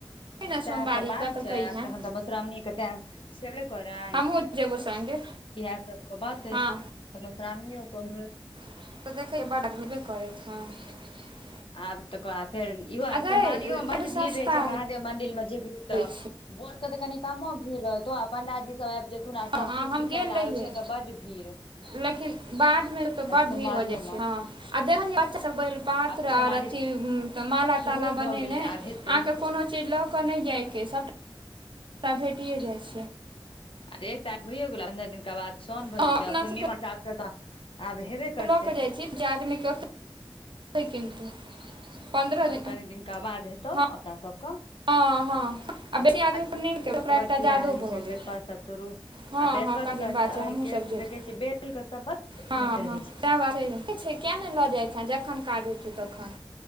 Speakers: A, on the right; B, on the left.
A: ने सोमवारीके
B: सेहे सब बात
A: तऽ
B: छै
A: कहिहेँ
B: अपन तहन त मशुरामी क टाइम सेबे करै
A: हमहूँ
B: इएह
A: जेबौ सङ्गे
B: सबके कहतै
A: हँ
B: त मशुरामणियो क
A: <unintelligible>
B: आब तकर बाद फेर इहो आब
A: आ गै
B: सोमवारियो म
A: बड़
B: बड
A: सस्ता
B: भीड़ रहे छै महादेव मंदिर म भी तऽ
A: होइ छै
B: बोर के तऽ कनि कामो भीड़ रहतौ आ पंडा जी सब आइब जेथुन आ
A: हँ
B: सब किछ
A: हम
B: बिकाय
A: गेल
B: ल
A: रहियै
B: आबे छै तऽ बड्ड भीड़
A: लेकिन बाद मे बड़
B: सोमवारियो
A: भीड़ हो जाइ छै
B: मे
A: ह देखल बच्चा सब बा पत्र
B: आब तऽ सोमवारी
A: आओर अथी तऽ माला
B: शुरुए
A: ताला
B: भऽ
A: बनेनाइ
B: गेलै
A: अहाँके
B: आब हेतै
A: कोनो चीज लऽ कऽ नहि जाइके सभटा ओकरा भेटिए जाइ छियै
B: एक तार भ गेलो पन्द्रह दिननक बाद सोन भऽ
A: हँ
B: जेतै
A: अपना
B: पूर्णिमा
A: सब
B: हिसाब स तऽ आब हेबे करतै
A: लऽ कऽ जाइत छी जे आदमीके ओतेय किनतै पन्द्रह
B: आब
A: दिन
B: कनि दिनका बाद हेतौ
A: हँ
B: अपना सब क
A: हँ हँ आ बेसी आदमी पर नहि
B: रइब
A: ओकरा
B: क
A: एकटा
B: बड पूजा
A: जादो
B: रहै
A: भऽ
B: छै
A: गेल
B: बेलपत्र सब तोरु
A: हँ
B: आ बेलपत्र
A: हँ कनि दिन
B: के
A: बाद छै
B: आइ
A: हमहूँ सब जेबै
B: देखे छियै बेलके सबत बड
A: हँ
B: नीक
A: हँ
B: रहै छै
A: सएह बात छै ठीक छै किया नहि लऽ जाइत छ जखन काज होइत छै तखन